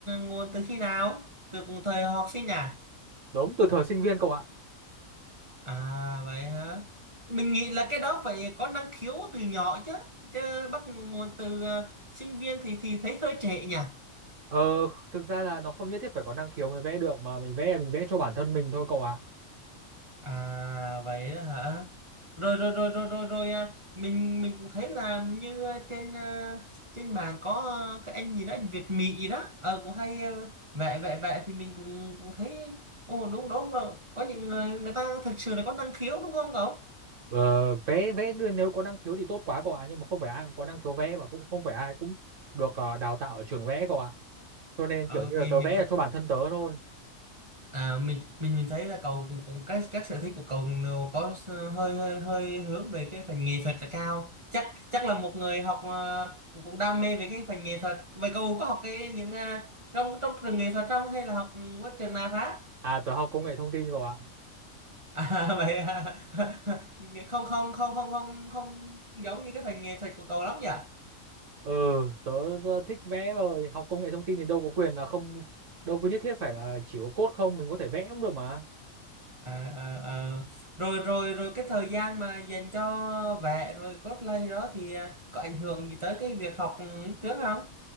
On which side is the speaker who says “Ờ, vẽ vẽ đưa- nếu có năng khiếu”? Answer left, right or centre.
Right